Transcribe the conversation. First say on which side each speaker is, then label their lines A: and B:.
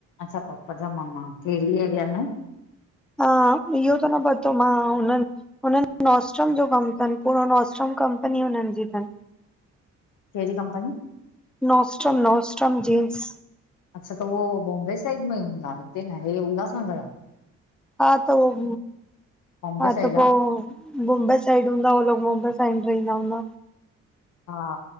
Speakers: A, on the left; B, in the centre.
A: अच्छा पपा जा मम्मा कहड़ी एरिया में?
B: हा इहो त न पतो मां हुनन। हुनन नॉस्ट्रम जो कम तन पूरो नॉस्ट्रम कंपनी हुनन जी थन।
A: कहिड़ी कंपनी?
B: Nostrum Nostrum jeans.
A: अच्छा त उहो बॉम्बे साइड में हूंदा, हिते नाहे उल्हासनगर आ।
B: हा त उव
A: बॉम्बे
B: हा
A: साइड
B: त पो।
A: आहे
B: मुंबई साइड हूंदा उह लोग मुंबई साइड रहिंदा हूंदा।
A: हा,